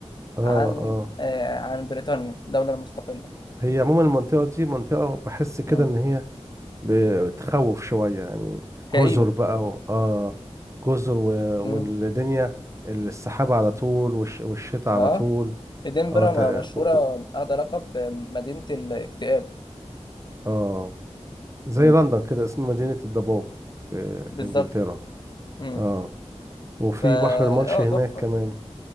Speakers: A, on the right (about 25°); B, on the left (about 40°).
A: اه
B: عن
A: اه
B: آه عن بريطانيا دولة مستقلة
A: هي عموما المنطقه دي منطقه بحس كده
B: مم.
A: ان هي بتخوف شويه يعني
B: كئيبة
A: جزر بقى و... اه جزر و...
B: مم.
A: والدنيا السحاب على طول والش... والشتاء
B: لا
A: على طول
B: إدنبرا
A: اه ت...
B: ما- مشهورة
A: و- و-
B: أخذ لقب مدينة الاكتئاب
A: اه زي
B: مم.
A: لندن كده اسم مدينه الضباب في في
B: بالظبط
A: انجلترا
B: مم.
A: اه وفي
B: فا
A: بحر المانش
B: آه
A: هناك
B: تحفة
A: كمان